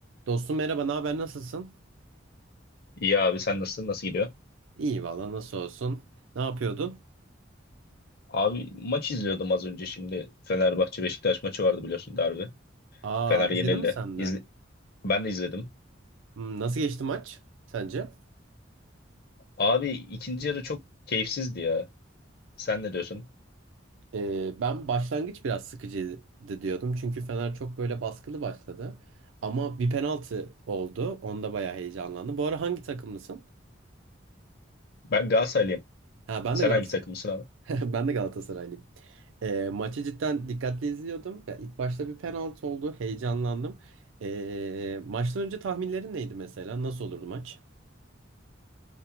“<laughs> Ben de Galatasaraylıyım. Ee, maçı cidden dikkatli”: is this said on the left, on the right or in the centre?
Right